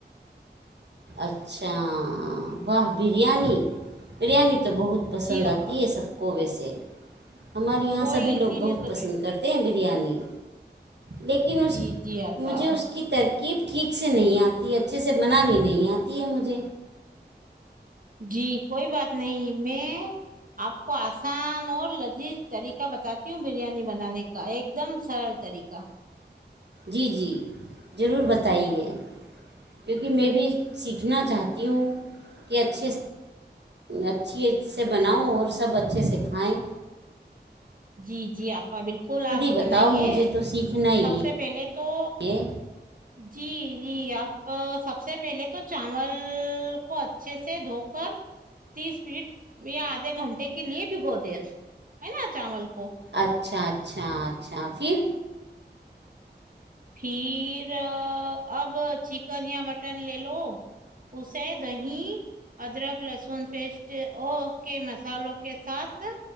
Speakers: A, on the right; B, on the right.
A: اچھا واہ بریانی بریانی تو بہت پسند
B: جی آپا
A: آتی ہے سب کو ویسے ایکین ہمارے یہاں
B: وہی
A: سبھی لوگ
B: اسی
A: بہت
B: لیے تو
A: پسند
B: میں
A: کرتے ہیں بریانی لیکن
B: جی جی آپا
A: مجھے اس کی ترکیب ٹھیک سے نہیں آتی اچھے سے بنانی نہیں ہے مجھ
B: جی کوئی بات نہیں میں آپ کو آسان اور لذیذ طریقہ بتاتی ہوں بریانی بنانے کا ایک دم سرل طریقہ
A: جی جی ضرور بتائیے کیونکہ کہ میں بھی سیکھنا چاہتی ہوں کیوں کہ اچھے اچھیے سے بناؤں اور سب اچھے سےکھھائیں
B: جی جی آا بالکل آپ
A: بتاؤ
B: بنائیے
A: مجھے تو سیکھنا ہی
B: سب سے پہلے دو
A: ہے
B: جی جی آپ سب سے پہلے تو چاول کو اچھے سے دھو کر تیس منٹ یا آدھے گھنٹے کے لیے بھگو د ہے نا چاول کو
A: اچھا اچھا اچھا پھر
B: پھر اب چکن یا مٹن لے لو ل اسے دہی ادرک لہسن پیسٹ او کے مسالوں کے ساتھ